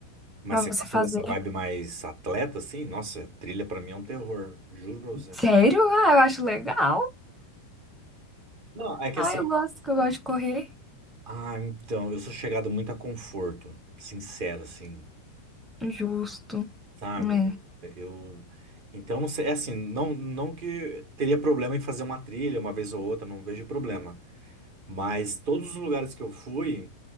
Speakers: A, on the right; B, in the centre.
A: Mas
B: pra
A: você
B: você
A: gosta
B: fazer.
A: dessa vibe mais atleta, assim? Nossa, trilha pra mim é um terror, juro pra você.
B: Sério? Ah, eu acho legal.
A: Não, é que
B: Ah,
A: assim,
B: eu gosto, que eu gosto de correr.
A: Ah, então, eu sou chegado muito a conforto, sincero, assim,
B: Justo.
A: sabe?
B: É.
A: Eu, então, não sei, é assim, não, não que teria problema em fazer uma trilha uma vez ou outra, não vejo problema. Mas todos os lugares que eu fui,